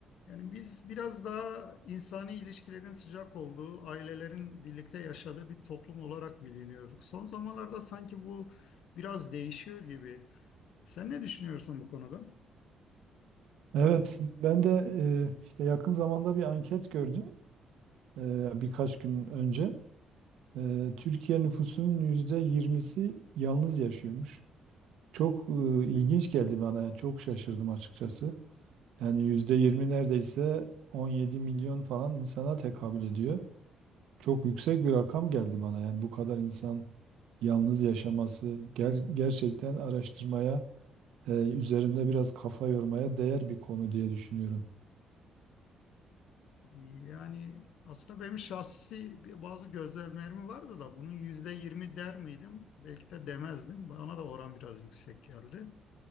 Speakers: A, on the left; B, on the right.
A: Yani biz biraz daha insani ilişkilerin sıcak olduğu, ailelerin birlikte yaşadığı bir toplum olarak biliniyorduk. Son zamanlarda sanki bu biraz değişiyor gibi. Sen ne düşünüyorsun bu konuda?
B: Evet, ben de e, işte yakın zamanda bir anket gördüm e, birkaç gün önce. E, Türkiye nüfusunun yüzde yirmisi yalnız yaşıyormuş. Çok e, ilginç geldi bana, yani çok şaşırdım açıkçası. Yani yüzde 20 neredeyse 17 milyon falan insana tekabül ediyor. Çok yüksek bir rakam geldi bana. Yani bu kadar insan yalnız yaşaması ger- gerçekten araştırmaya, e, üzerinde biraz kafa yormaya değer bir konu diye düşünüyorum.
A: Yani aslında benim şahsi bir- bazı gözlemlerim vardı da bunun yüzde yirmi der miydim? Belki de demezdim. Bana da oran biraz yüksek geldi.